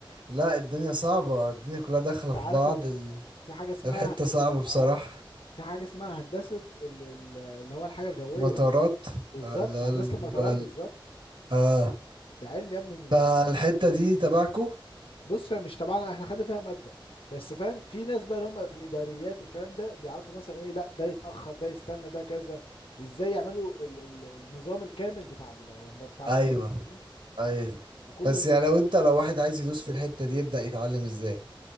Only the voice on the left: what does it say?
انت
عارف
ان في
في حاجه اسمها
اه في حاجه اسمها هندسه ال... ال- اللي هو الحاجه الجويه
بالظبط
هندسه
المطارات
بالظبط
ده علم يا ابني
بص هي مش تبعنا احنا خدنا فيها ماده بس فاهم في ناس بقى اللي هم في الاداريات والكلام ده بيعرفوا مثلا ايه لا ده يتاخر ده يستنى ده كذا ازاي يعملوا ال ال النظام الكامل بتاع ال بتاع المطار
فاهمني
وكل
ده م-